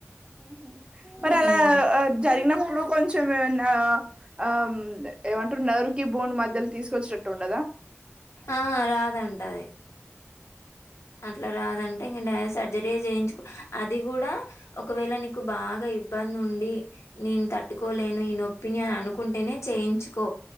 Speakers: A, on the right; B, on the left.
A: ఉహు
B: హ్మ్.
A: మరి అలా జరిగినప్పుడు కొంచెం ఏమనా ఆ ఏమంటారు నర్వ్ కి బోన్ మధ్యలో తీసుకొచ్చేటట్టు ఉండదా
B: ఆ రాదంట అది అట్లా రాదం టె సర్జరీ చేయించుకో అది కూడా ఒకవేళ నీకు బాగా ఇబ్బంది ఉండి నేను తట్టుకోలేను ఈ నొప్పిని అనుకుంటేనే చేయించుకో